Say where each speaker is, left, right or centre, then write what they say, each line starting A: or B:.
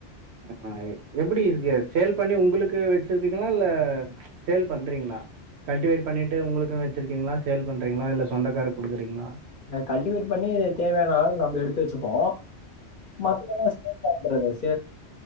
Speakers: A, on the right; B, on the left.
A: ஆ எப்டி ய சேல் பண்ணி உங்ளுக்கு வச்சிருப்பீங்களா இல்ல சேல் பண்றீங்ளா கல்டிவேட் பண்ணிட்டு உங்ளுக்குன்னு வச்சிருக்கீங்களா சேல் பண்றீங்களா இல்ல சொந்தக்காருக்கு குடுக்குறீங்களா
B: அ கல்டிவேட் பண்ணி தேவையான அளவு நம்ப எடுத்து வச்சுப்போம் மத்ததெல்லா <inaudible> ப்ரதர்ஸ்